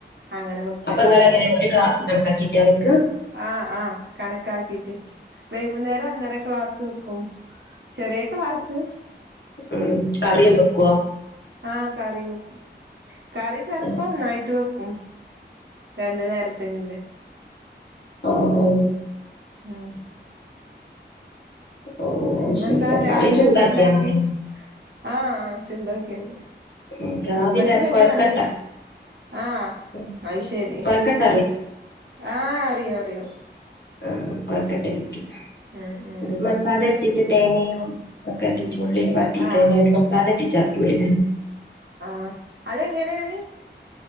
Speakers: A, on the right; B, on the left.
A: അങ്ങനെ വെക്കലാ
B: അപ്പൊ ഇങ്ങൾ എങ്ങനെ ഒരു ഗ്ലാസ് കണക്കാക്കിറ്റാ വക്ക്
A: ആ ആ കണക്കാക്കീട്ട് വൈകുന്നേരം ഒന്നര ക്ലാസ് വെക്കും ചെറിയ ക്ലാസ്
B: ഉം കറിയ വെക്കവാ
A: ആ കറി വെക്കും കറി ചെിലപ്പോ
B: ഓഹ്
A: ഒന്നായിട്ട് വെക്കും രണ്ടു നേരത്തിന്നല്ലേ
B: ഹ ഓ
A: ആഹ
B: ഓഹ് അത്
A: ഇങ്ങെന്താ
B: ശരി അത്
A: രാവിലെ
B: കറി ചൂടാക്കിയാ
A: എന്താ ഇണ്ടാക്കി
B: മതി
A: ആഹ ചൂടോക്കിയ മതി
B: ഉം രാവിലെ
A: മൂപ്പർക്ക് പിന്നെ
B: കൊഴക്കട്ട
A: നല്ല ആഹ്
B: ഉം,
A: അശേരി
B: കൊഴക്കട്ട
A: ആഹ അറിയും അറിയും
B: ആ കൊഴക്കട്ടക്ക
A: ഉം ഉം
B: അത് മസാല ഇീട്ട് തേങ്ങയും ഒക്കെട്ട ച ഉുള്ളി പട്ടിട്ടങ്ങ
A: ആഹ്
B: മസാലട്ട് ചപ്പല്ല
A: ആ അതെങ്ങനെയാണ്